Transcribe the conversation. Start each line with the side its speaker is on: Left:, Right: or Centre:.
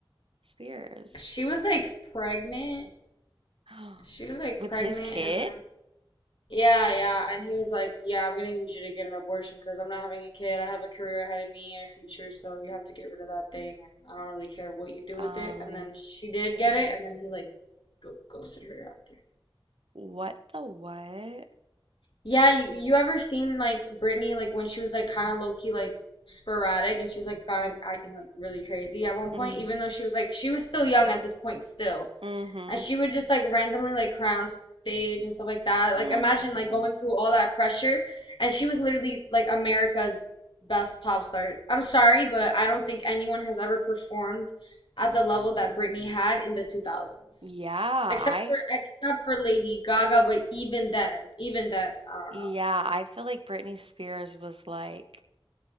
Right: Spears?
Left: <laughs> She was like pregnant.
Right: <gasps>
Left: She was like
Right: With
Left: pregnant
Right: his kid?
Left: and then Yeah, yeah. And he was like, Yeah, I'm gonna need you to get an abortion because I'm not having a kid. I have a career ahead of me and a future, so you have to get rid of that thing and I don't really care what you do with
Right: Um,
Left: it. And then she did get it and then he like go ghosted her out there.
Right: what the what?
Left: Yeah, you you ever seen like Britney like when she was like kinda low key like sporadic and she was like kinda acting like really crazy at one
Right: Mm,
Left: point, even though she was like she was still young at this point still.
Right: mm-hmm.
Left: and she would just like randomly like cry on stage and stuff like that. Like
Right: Mm-hmm.
Left: imagine like going through all that pressure, and she was literally like America's best pop star. I'm sorry, but I don't think anyone has ever performed at the level that Britney had in the 2000s.
Right: Yeah,
Left: Except
Right: I
Left: for except for Lady Gaga, but even then, even then, I don't
Right: yeah,
Left: know.
Right: I feel like Britney Spears was like